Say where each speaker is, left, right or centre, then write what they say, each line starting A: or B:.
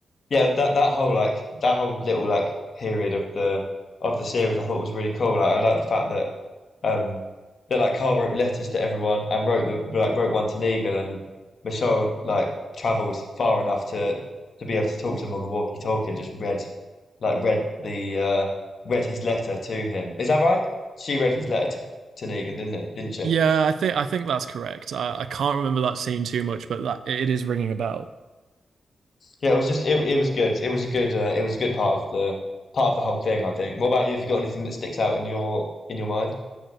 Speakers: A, on the left; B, on the right.
A: yeah, that that whole like that whole little like period of the of the series I thought was really cool. Like I like the fact that Um, then like Carl wrote letters to everyone and wrote the like wrote one to Negan and Michonne like travelled far enough to to be able to talk to him on the walkie-talkie and just read like read the uh read his letter to him. Is that right? She read his letter to, to Negan, didn't it? Didn't she?
B: Yeah, I think I think that's correct. I, I can't remember that scene too much, but that it is ringing a bell.
A: Yeah, it was just it, it was good. It was a good uh, it was a good part of the part of the whole thing, I think. What about you? Have you got anything that sticks out in your in your mind?